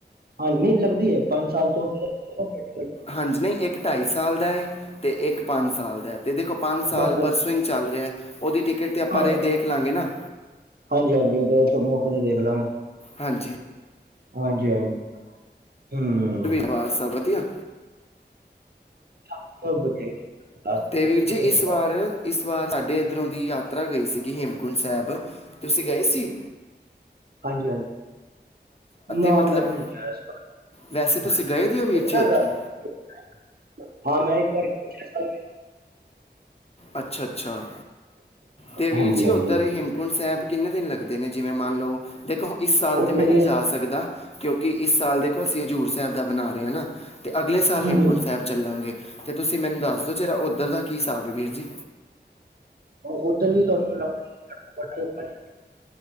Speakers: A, on the right; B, on the left.
A: ਹਾਂ ਨਹੀਂ ਲੱਗਦੀ ਐ, ਪੰਜ ਸਾਲ ਤੋਂ ਉੱਪਰ
B: ਹਾਂਜੀ, ਨਹੀਂ ਇੱਕ ਢਾਈ ਸਾਲ ਦਾ ਤੇ ਇੱਕ ਪੰਜ ਸਾਲ ਦਾ, ਤੇ ਦੇਖੋ ਪੰਜ
A: ਹੈ।
B: ਸਾਲ
A: ਬਸ
B: ਪਰਸੋਂ ਚੱਲ ਰਿਹਾ। ਉਹਦੀ ਟਿਕਟ 'ਤੇ ਆਪਾਂ
A: ਹਾਂ,
B: ਰ ਦੇਖ ਲਵਾਂਗੇ ਨਾ।
A: ਹਾਂਜੀ- ਹਾਂਜੀ, ਉਦੋਂ ਆਪਾਂ ਮੌਕੇ ਤੇ ਦੇਖ ਲਵਾਂਗੇ।
B: ਹਾਂਜੀ
A: ਹਾਂਜੀ- ਹਾਂਜੀ, ਹੂੰ।
B: ਪਰਿਵਾਰ ਸਭ ਵਧੀਆ?
A: ਹਾਂ ਸਭ ਵਧੀਆ।
B: ਤੇ
A: ਵਧੀਆ
B: ਵੀਰ ਜੀ ਇਸ
A: ਸੀ।
B: ਵਾਰ, ਇਸ ਵਾਰ ਸਾਡੇ ਇੱਧਰੋਂ ਦੀ ਯਾਤਰਾ ਗਈ ਸੀਗੀ, 'ਹੇਮਕੁੰਟ ਸਾਹਿਬ'। ਤੁਸੀਂ ਗਏ ਸੀ‌‌?
A: ਹਾਂਜੀ- ਹਾਂਜੀ। ਨਾ
B: ਮਤਲਬ
A: ਮੈਂ ਨਹੀਂ ਗਿਆ ਇਸ ਵਾਰ,
B: ਵੈਸੇ ਤੁਸੀਂ
A: ਹਾਂਜੀ
B: ਗਏ ਤੇ ਹੋ ਵੀਰ
A: ਉਥੇ
B: ਜੀ ਉੱਥੇ
A: ਨਾ ਰਸ ਹਾਂ ਮੈਂ ਇੱਕ ਵਾਰ 'ਹੇਮਕੁੰਟ ਸਾਹਿਬ' ਗਿਆ ਜੀ।
B: ਅੱਛਾ -ਅੱਛਾ, ਤੇ ਵੀਰ
A: ਹਾਂਜੀ
B: ਜੀ
A: ਹਾਂਜੀ
B: ਉੱਧਰ 'ਹੇਮਕੁੰਟ ਸਾਹਿਬ'। ਕਿੰਨੇ ਦਿਨ ਲੱਗਦੇ ਨੇ ਜਿਵੇਂ ਮੰਨ ਲਓ, ਦੇਖੋ ਇਸ ਸਾਲ
A: ਉੱਥੇ
B: ਤੇ ਮੈਂ ਨਹੀਂ ਜਾ ਸਕਦਾ। ਕਿਉਂਕਿ ਇਸ ਸਾਲ ਦੇਖੋ, ਅਸੀਂ ਹਜ਼ੂਰ ਸਾਹਿਬ ਦਾ ਬਣਾ ਰਹੇ ਹਾਂ ਨਾ, ਤੇ ਅਗਲੇ ਸਾਲ
A: ਹੂੰ
B: ਹੇਮਕੁੰਟ ਸਾਹਿਬ ਚੱਲਾਂਗੇ। ਤੇ ਤੁਸੀਂ ਮੈਨੂੰ ਦੱਸ ਦਿਓ ਜਰਾ, ਉੱਧਰ ਦਾ ਕੀ ਹਿਸਾਬ ਵੀਰ ਜੀ
A: ਉੱਧਰ ਵੀ ਤਾਂ ਫਿਰ <unintelligible>